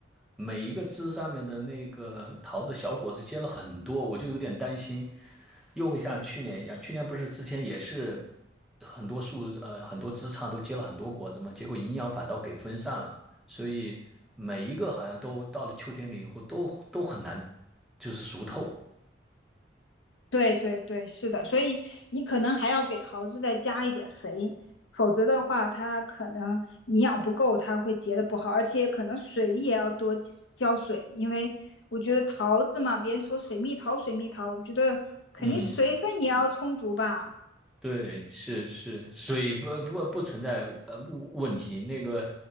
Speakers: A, in the centre; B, on the left.
A: 每一个枝上面的那个桃子小果子结了很多，我就有点担心，又会像去年一样。去年不是之前也是很多树呃很多枝杈都结了很多果子嘛，结果营养反倒给分散了，所以每一个好像都到了秋天里以后都都很难就是熟透。
B: 对对对，是的，所以你可能还要给桃子再加一点肥，否则的话，它可能营养不够，它会结的不好，而且可能水也要多浇水，因为我觉得桃子嘛，别人说水蜜桃水蜜桃，我觉得肯定水分也要充足吧，
A: 嗯。对，是是，水不不不存在呃问问题。那个